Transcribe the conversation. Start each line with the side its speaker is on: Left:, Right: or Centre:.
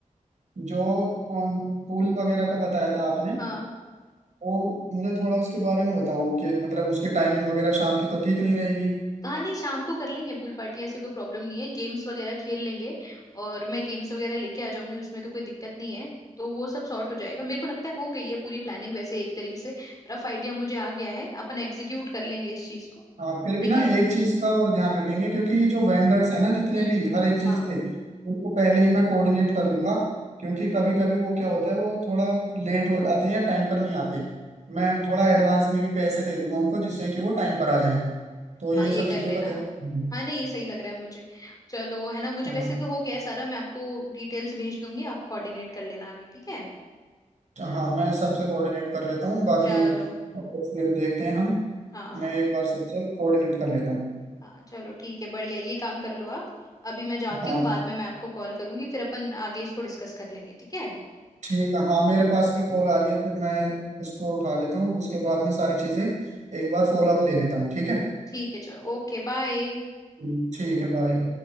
Right: जो पुल पुल वगैरह का बताया था आपने
Left: हाँ
Right: वो मुझे थोड़ा उसके बारे में बताओ कि मतलब उसकी टाइमिंग वगैरह शाम की तो ठीक नहीं रहेगी
Left: हाँ नहीं शाम को कर लेंगे पूल पार्टी ऐसे कोई प्रॉब्लम नहीं है गेम्स वगैरह खेल लेंगे और मैं गेम्स वगैरह लेके आ जाऊंगी उसमें तो कोई दिक्कत नहीं है तो वो सब सॉर्ट हो जाएगा मेरे को लगता है हो गई है पूरी प्लानिंग वैसे एक तरीके से रफ आइडिया मुझे आ गया है अपन एग्जीक्यूट कर लेंगे इस चीज को
Right: हाँ फिर
Left: ठीक
Right: भी ना
Left: है
Right: एक चीज का और ध्यान रखेंगे क्योंकि जो वेंडर्स हैं ना जितने
Left: हम्म
Right: भी हर एक चीज
Left: हाँ
Right: के उनको पहले ही मैं कोऑर्डिनेट कर लूंगा क्योंकि कभी कभी वो क्या होता है वो थोड़ा लेट हो आते हैं या टाइम पर नहीं आते मैं थोड़ा एडवांस में भी पैसे दे दूंगा उनको जिससे कि वो टाइम पर आ जाएं तो ये
Left: हाँ ये
Right: सब
Left: कर
Right: चीजों
Left: लेना
Right: का ध्यान रखेंगे।
Left: हाँ नहीं ये सही लग रहा है मुझे चलो है ना मुझे
Right: हाँ
Left: वैसे तो हो गया है सारा मैं आपको डिटेल्स भेज दूंगी आप कोऑर्डिनेट कर लेना आगे ठीक है
Right: तो हाँ मैं सबसे कोऑर्डिनेट कर लेता हूँ बाकी
Left: चलो
Right: फिर देखते हैं हम
Left: हाँ हाँ
Right: मैं एक बार सबसे कोऑर्डिनेट कर लेता हूँ
Left: हाँ चलो ठीक है बढ़िया ये काम कर लो आप अभी मैं जाती
Right: हाँ
Left: हूँ बाद में मैं आपको कॉल करूंगी फिर अपन आगे इसको डिस्कस कर लेंगे ठीक है
Right: ठीक है हाँ मेरे पास भी कॉल आ रही है तो मैं उसको उठा लेता हूँ उसके बाद में सारी चीज़ें एक बार फॉलो अप ले लेता हूँ ठीक है
Left: ठीक है चलो ओके बाय
Right: हम्म, ठीक है बाय